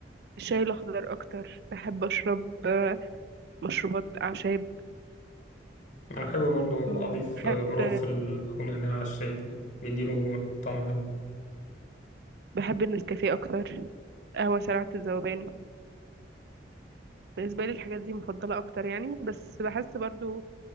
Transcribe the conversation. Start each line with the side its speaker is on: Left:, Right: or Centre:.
Right: الشاي الاخضر اكتر بحب اشرب آه، مشروبات اعشاب
Left: أنا بحب برضو
Right: مم،
Left: أضيف آه،
Right: بحب
Left: قرنفل أو نعناع على الشاي كده بيديله طعم حلو
Right: بحب النسكافيه اكتر قهوة سريعة الذوبان بالنسبة لي الحاجات دي مفضلة أكتر يعني بس بحس برضو